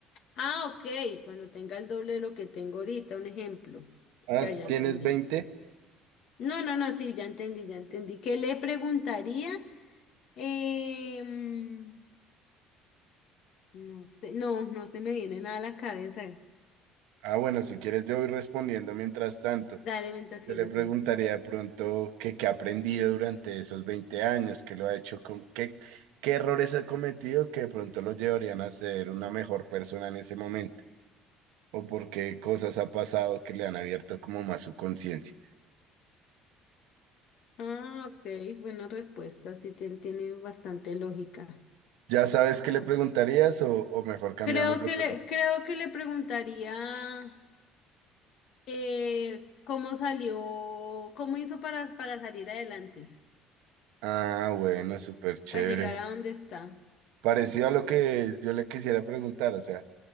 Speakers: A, on the left; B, on the right.
A: Ah, ok, cuando tenga el doble de lo que tengo ahorita, un ejemplo.
B: Ah,
A: Ya,
B: si
A: ya entendí.
B: ¿tienes 20?
A: No, no, no, sí, ya entendí, ya entendí. ¿Qué le preguntaría? Eh, mm, no sé, no, no se me viene nada a la cabeza.
B: Ah, bueno, si quieres yo voy respondiendo mientras tanto.
A: Dale mientras
B: Yo
A: que
B: le
A: yo
B: preguntaría
A: pienso.
B: de pronto que qué ha aprendido durante esos 20 años, qué lo ha hecho, como- qué, qué errores ha cometido que de pronto lo llevarían a ser una mejor persona en ese momento, o por qué cosas ha pasado que le han abierto como más su conciencia.
A: Ah, ok, buena respuesta, sí tien- tiene bastante lógica.
B: ¿Ya sabes qué le preguntarías o, o mejor cambiamos
A: Creo
B: de
A: que
B: pregunta?
A: le, creo que le preguntaría. Eh, ¿cómo salió? ¿Cómo hizo para, para salir adelante?
B: Ah, bueno, súper chévere.
A: Para llegar a donde está.
B: Parecido a lo que yo le quisiera preguntar, o sea,